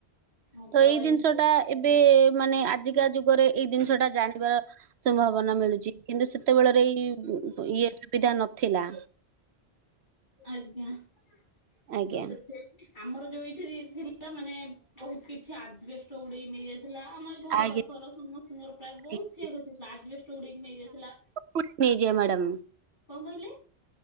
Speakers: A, on the left; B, on the right.
A: ହଁ
B: ତ ଏଇ
A: ଏମିତି
B: ଜିନିଷଟା ଏବ ଏବେ ମାନେ ଆଜିକା ଯୁଗରେ ଏଇ ଜିନିଷଟା ଜାଣିବାର- ସମ୍ଭାବନା ମିଳୁଚି, କିନ୍ତୁ ସେତେବେଳରେ ଏଇ ଇଏ ସୁବିଧା ନଥିଲା।
A: ଆଜ୍ଞା। ତ
B: ଆଜ୍ଞା
A: ସେଥିପାଇଁ ଆମର ଯୋଉ ଏଇଠି ଥିଲା ମାନେ ବହୁତ କିଛି ଆଜବେଷ୍ଟ ଉଡେଇ ନେଇଯାଇଥି ଥିଲା, ଆମର ଘର
B: ଆଜ୍ଞା
A: ପାଖର ସମସ୍ତଙ୍କର ପ୍ରାୟ ବହୁତ
B: ଠିକ୍
A: କ୍ଷୟକ୍ଷତି ହୋଇଥିଲା। ଆଜବେଷ୍ଟ ଉଡେଇକି ନେଇଯାଇଥିଲା
B: କୁ ନିଜେ ମ୍ୟାଡ଼ମ୍
A: କଣ କହିଲେ